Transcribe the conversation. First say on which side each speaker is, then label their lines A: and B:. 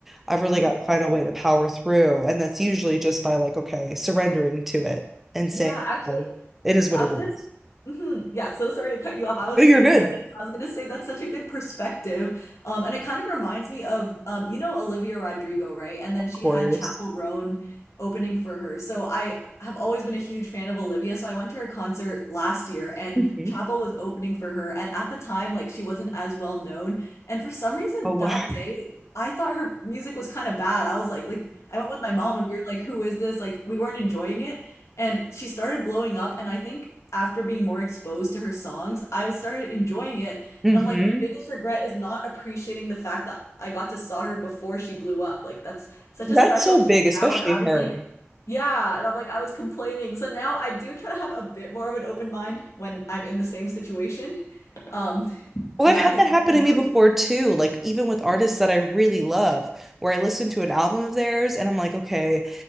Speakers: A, in the centre; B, on the left.
A: I've really
B: Oh,
A: got to find a way to power through. And that's usually just by like, okay, surrendering to it and
B: yeah.
A: saying,
B: Actually,
A: oh, it is what
B: I
A: it
B: was
A: is.
B: just, Mhm. Yeah, so sorry to cut you off. I was
A: Oh,
B: just
A: you're
B: excited
A: good.
B: because I was going to say that's such a good perspective. Um, and it kind of reminds me of, um, you know, Olivia Rodrigo, right? And then
A: Of
B: she
A: course.
B: had Chapel Roan opening for her. So I have always been a huge fan of Olivia. So I went to her concert last year and
A: hmm
B: Chapel was opening for her. And at the time, like she wasn't as well known. And for some reason
A: Oh, wow.
B: that day, I thought her music was kind of bad. I was like, like I went with my mom and we were like, who is this? Like we weren't enjoying it. And she started blowing up, and I think after being more exposed to her songs, I started enjoying it.
A: hmm
B: And I'm like, my biggest regret is not appreciating the fact that I got to saw her before she blew up. Like that's such
A: That's
B: a special
A: so
B: thing
A: big, especially
B: now. And I
A: her.
B: was like, yeah. And I'm like, I was complaining. So now I do try to have a bit more of an open mind when I'm in the same situation. Um,
A: Well,
B: yeah,
A: I've had
B: because
A: that
B: you
A: happen
B: never
A: to me
B: know.
A: before too. Like, even with
B: Mhm.
A: artists that I really love, where I listen to an album of theirs and I'm like, okay,